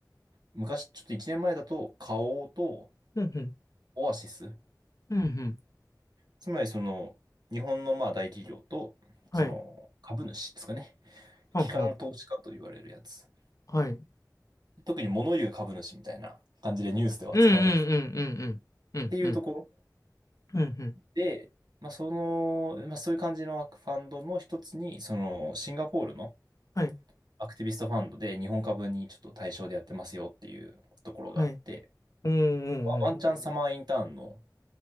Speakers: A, on the right; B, on the left.
A: 昔、ちょっと1年前だと、花王と
B: うん。
A: オアシス
B: うんうん。
A: つまりその日本のまあ大企業とその株主ですかね。
B: はい。はんはん。
A: 機関投資家と言われるやつ。
B: はい。うん
A: 特に物言う株主みたいな感じでニュースでは扱われてたっ
B: うんうんうんうん。うんうん。
A: ていうところ
B: うんうん。
A: で、まあ、その、まあ、そういう感じのファンドの一つに、そのシンガポールの
B: はい。
A: アクティビストファンドで日本株にちょっと対象でやってますよっていうところがあって、
B: はい。うんう
A: まあワンチャンサマーインターンの
B: んうん。